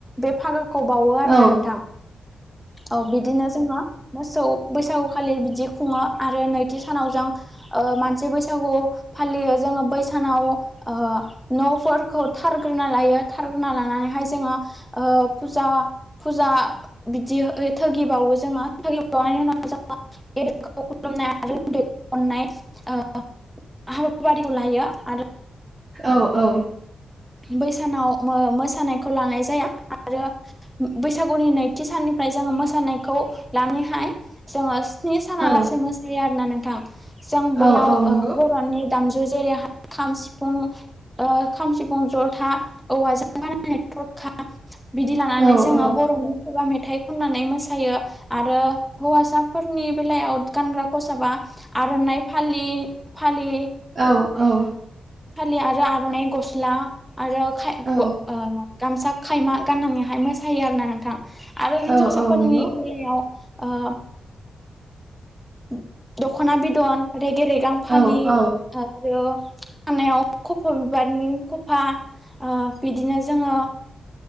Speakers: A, in the centre; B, on the right (about 40°).
A: बे फागाखौ बाउवो
B: औ
A: आरो ना नोंथां। औ बिदिनो जोङो मोसौ बैसागु खालि बिदि खुङो आरो नैथि सानाव जों ओ मानसि बैसागु फालियो जोङो बै सानाव ओ न'फोरखौ थारग्रोना लायो थारग्रोना लानानै हाय जोङो ओ फुजा फुजा बिदि ओ थोगिबाउओ जोङो थोगिबाउनायनि उनाव जोङो गेदेरखौ खुलुमनाय आरो उन्दैखौ अन्नाय ओ हाबाफारिखौ लायो आरो
B: औ औ
A: बैसानाव मो-मोसानायखौ लानाय जाया आरो बैसागुनि नैथि साननि फ्राय जोङो मोसानायखौ लानानैहाय जोङो स्नि सानालासे
B: औ
A: मोसायो आरोना नोंथां जों
B: औ
A: बैयाव
B: औ नंगौ
A: ओ बर'नि दामजु जेरैहाय खाम सिफुं ओ खाम सि फुं, ज'था, औवाजों बानायनाय थरखा बिदि लानानै
B: औ
A: जोङो
B: औ
A: बर'नि खुगा मेथाइ खन्नानै मोसायो आरो हौवासाफोरनि बेलायाव गानग्रा खसाबा आर'नाइ फालि फालि
B: औ औ
A: फालि आरो आर'नाइ गस्ला आरो खाय
B: औ
A: ग ओ गामसा खायमा गान्नानैहाय मोसायो आरो ना नोंथां। आरो
B: औ
A: हिनजावसाफोरनि
B: औ नंगौ
A: बेलायाव ओ उ दखना बिदन रेगे रेगां
B: औ
A: फालि
B: औ
A: आरो खानायाव खफ' बिबारनि खफा ओ बिदिनो जोङो